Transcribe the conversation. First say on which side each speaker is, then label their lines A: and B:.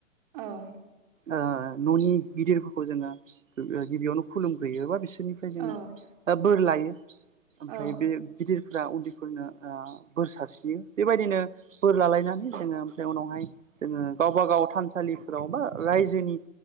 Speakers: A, on the right; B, on the right.
A: औ
B: ओ न'नि गिदिरफोरखौ जोङो गिबियावनो खुलुमग्रोयो एबा बिसो रनिफ्राय जोङो
A: औ
B: बोर लायो ओमफ्राय
A: औ
B: बे गिदिरफोरा उन्दै फोरनो ओ बोर सास्रि यो बेबायदिनो बोर लालायनानै जोङो ओमफ्राय उनावहाय जोङो गावबागाव थानसालिफोराव बा रायजोनि